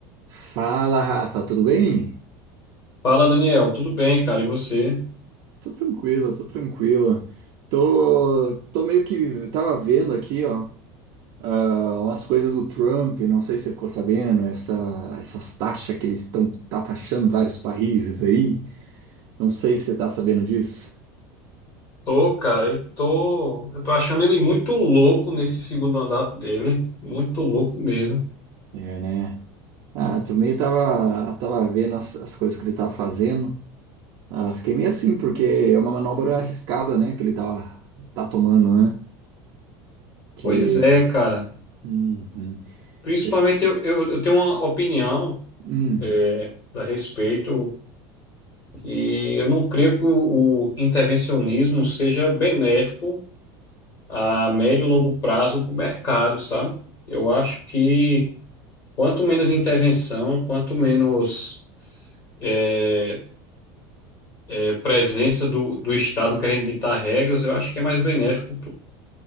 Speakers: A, on the right; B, on the left.
A: Fala, Rafa, tudo bem?
B: Fala, Daniel, tudo bem, cara? E você?
A: Tô tranquilo, tô tranquilo. Tô, tô meio que tava vendo aqui, ó, ah, umas coisas do Trump, não sei se você ficou sabendo, essa, essas taxas que eles estão tá taxando vários países aí. Não sei se você tá sabendo disso.
B: Tô, cara, e tô. Eu tô achando ele muito louco nesse segundo andar dele. Muito louco mesmo.
A: É, né? Ah, também tava, tava vendo as, as coisas que ele tava fazendo. Ah, fiquei meio assim, porque é uma manobra arriscada, né, que ele tá, tá tomando, né? Que.
B: Pois é, cara.
A: Uhum.
B: Principalmente
A: É-
B: eu, eu, eu tenho uma opinião
A: hum.
B: é, a respeito e eu não creio que o, o intervencionismo seja benéfico a médio e longo prazo para o mercado, sabe? Eu acho que quanto menos intervenção, quanto menos. é, é, presença do, do Estado querendo ditar regras, eu acho que é mais benéfico